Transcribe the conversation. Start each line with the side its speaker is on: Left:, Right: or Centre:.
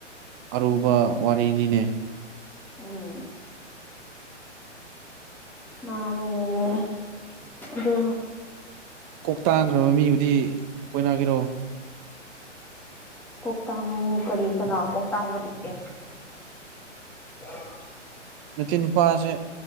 Right: ꯑꯔꯨꯕ ꯋꯥꯔꯤꯅꯤꯅꯦ
Centre: ꯎꯝ ꯃꯥꯅꯤꯅꯦ ꯑꯗꯨ
Right: ꯀꯣꯛꯇꯥꯡꯈ꯭ꯔꯕ ꯃꯤꯕꯨꯗꯤ ꯀꯣꯏꯅꯒꯦꯔꯣ
Centre: ꯀꯣꯛꯇꯥꯡ ꯀꯔꯤ ꯀꯅꯥ ꯀꯣꯛꯇꯥꯡꯕ ꯂꯩꯒꯦ <unintelligible>
Right: ꯅꯠꯇꯦ ꯅꯨꯄꯥꯁꯦ